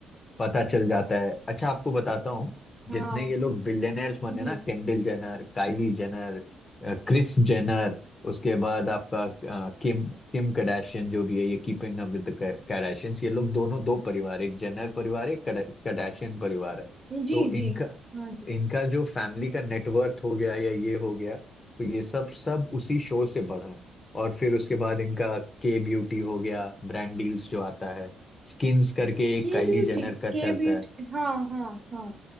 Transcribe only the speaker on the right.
हाँ
जी
जी
जी
हाँ जी
K
beauty
के ब्यूटी
हाँ हाँ हाँ